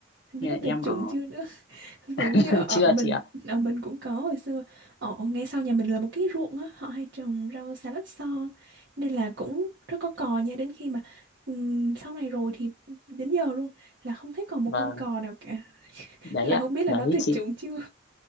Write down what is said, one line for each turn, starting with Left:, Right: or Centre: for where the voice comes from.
Right: không
Left: Như
Right: biết nó
Left: là
Right: tuyệt
Left: em
Right: chủng
Left: ở
Right: chưa nữa <laughs> giống
Left: <laughs>
Right: như ở, ở
Left: chưa
Right: ở mình
Left: chị ạ
Right: ở mình cũng có hồi xưa ở ngay sau nhà mình là một cái ruộng á họ hay trồng rau xà lách son nên là cũng rất có cò nha đến khi mà ừm, sau này rồi thì đến giờ luôn là không thấy còn một
Left: và
Right: con cò nào cả
Left: đấy
Right: là
Left: ạ
Right: không biết là
Left: đấy
Right: nó tuyệt
Left: chị
Right: chủng chưa